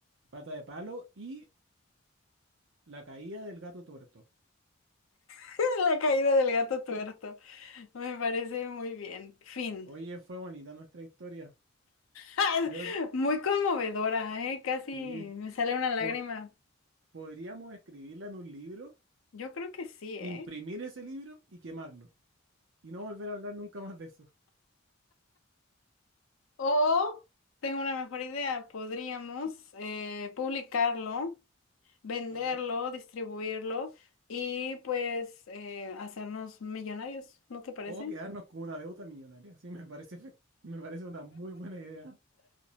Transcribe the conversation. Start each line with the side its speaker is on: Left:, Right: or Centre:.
Right: Pata de palo y la caída del gato tuerto.
Left: <laughs> La caída del gato tuerto. Me parece muy bien. Fin.
Right: Oye, fue bonita nuestra historia.
Left: <laughs>
Right: Creo que
Left: Muy conmovedora, ¿eh? Casi
Right: sí.
Left: me sale una lágrima.
Right: po- podríamos escribirla en un libro,
Left: Yo creo que sí, ¿eh?
Right: imprimir ese libro y quemarlo. Y no volver a hablar nunca más de eso.
Left: O tengo una mejor idea. Podríamos eh, publicarlo, venderlo,
Right: Ajá.
Left: distribuirlo y pues eh, hacernos millonarios, ¿no te parece?
Right: O quedarnos con una deuda millonaria. Sí, me parece, efec- me parece una muy buena idea.